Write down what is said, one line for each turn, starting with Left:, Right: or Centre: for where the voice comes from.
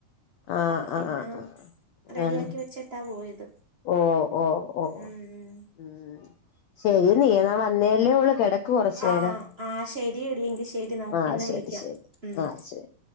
Left: ആഹ
Right: അപ്പൊ
Left: ആഹ്
Right: പിന്നെ
Left: ആ
Right: റെഡിയാക്കി
Left: ആണല്ലെ
Right: വെച്ചിട്ടാ പോയത്
Left: ഓ ഓ ഓ
Right: ഉം ഉം
Left: ഉം ശരി നീ എന്നാ വന്നേല്ലേ ഉള്ളു കെട്ട ടക്കൂകുറച്ചു
Right: ആ
Left: യേരം
Right: ആ ശരിയെടി എങ്കി ശരി നമുക്ക്
Left: ആഹ
Right: പിന്നെ
Left: ശരി
Right: വിളിക്കാം
Left: ശരി
Right: ഉം
Left: ആഹ ശരി